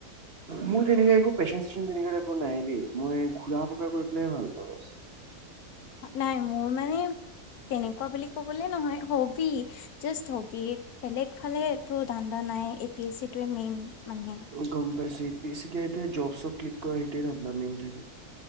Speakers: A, on the right; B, on the left.
A: মোৰ তেনেকা একো পেশ্যন-চেচন তেনেকা টাইপৰ নাই দেই। মই ঘূৰা-পকা কৰি পেলাইহে ভাল পাওঁ বছ।
B: নাই মোৰ মানে তেনেকুৱা বুলি ক'বলে নহয়, হ'বি যাষ্ট হ'বি বেলেগ ফালে টো ধান্দা নাই। এ পি এছি টোৱে মেইন মানে
A: গম পাইছেই বেছিকে এতিয়া জব চব ক্লিক কৰি সেটোৱে ধন্দা মেইন থাকে।